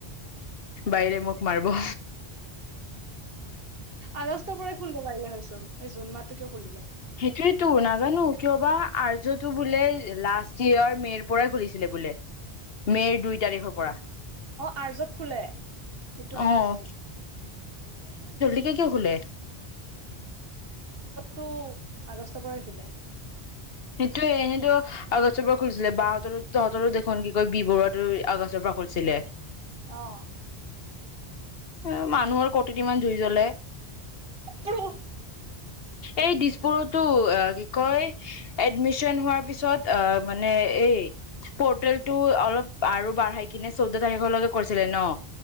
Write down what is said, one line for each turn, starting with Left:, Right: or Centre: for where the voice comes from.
Left: বাইৰে মোক মাৰিব।
Right: আগষ্টৰ পৰাই খুলিব পাৰিলে হয়চোন এই জুন মাহটোকে খুলিলে।
Left: সেইটো নাজানো কিয়বা আৰ্যতটো বোলে লাষ্ট ইয়েৰ মে'ৰ পৰাই খুলিছিলে বোলে মে'ৰ দুই তাৰিখৰ পৰা।
Right: অ আৰ্যত খোলে সেইটো আমিও
Left: অ'
Right: জানো
Left: দেৰিকে খোলে
Right: টো আগষ্টৰ পৰাই খোলে
Left: সেইটোয়ে এনেতো আগষ্টৰ পৰা খুলিছিলে বাহঁতৰো তহঁতৰো দেখোন একো বি বৰুৱটো আগষ্টৰ পৰা খোলিছিলে
Right: অহ
Left: এ মানুহৰ কতিত ইমান জুই জ্বলে।
Right: ট্ৰু।
Left: এই দিছপুৰতো অ কি কয় এডমিচন হোৱাৰ পিছত অ মানে এই পৰ্টেল টো অলপ আৰু বাঢ়াই কিনে চৈধ্য তাৰিখলৈকে কৰিছিলে ন